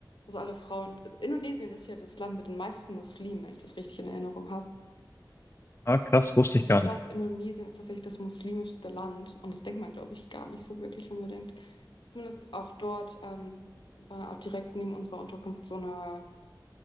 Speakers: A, on the left (about 75°); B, on the left (about 35°).
A: also alle Frauen. Indonesien ist ja das Land mit den meisten Muslimen, wenn ich das richtig in Erinnerung habe.
B: Ah, krass, wusste
A: Also
B: ich gar
A: ich glaube,
B: nicht.
A: Indonesien ist tatsächlich das muslimischste Land und das denkt man, glaube ich, gar nicht so wirklich unbedingt. Zumindest auch dort ähm, war auch direkt neben unserer Unterkunft so eine